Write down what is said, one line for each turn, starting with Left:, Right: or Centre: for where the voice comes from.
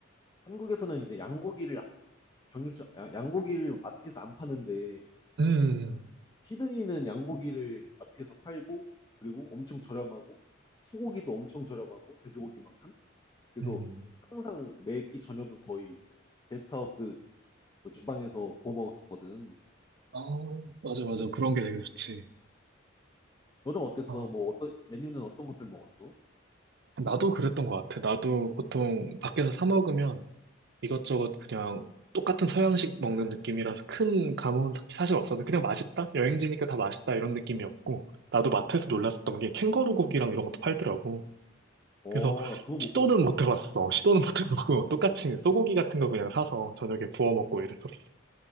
Left: 한국에서는 이제 양고기를 정육점 야- 양고기를 마트에서 안 파는데
Right: 음,
Left: 시드니는 양고기를 마트에서 팔고 그리고 엄청 저렴하고 소고기도 엄청 저렴하고 돼지고기만큼 그래서
Right: 음.
Left: 항상 매끼 저녁은 거의 게스트하우스 그 주방에서 구워 먹었었거든.
Right: 아,
Left: 음.
Right: 맞아, 맞아. 그런 게 되게 좋지.
Left: 너는 어땠어?
Right: 아,
Left: 뭐 어떤 메뉴는 어떤 것들 먹었어?
Right: 나도 그랬던 것 같아. 나도 보통 밖에서 사 먹으면 이것저것 그냥 똑같은 서양식 먹는 느낌이라서 큰 감흥은 사실 없어도 그냥 맛있다? 여행지니까 다 맛있다 이런 느낌이었고, 나도 마트에서 놀랐었던 게 캥거루 고기랑 이런 것도 팔더라고.
Left: 어,
Right: 그래서
Left: 나 그거
Right: 시도는
Left: 못 봤는데.
Right: 못 해봤어. 시도는 못 해보고 <laughs> 똑같이 소고기 같은 거 그냥 사서 저녁에 구워 먹고 이랬었어.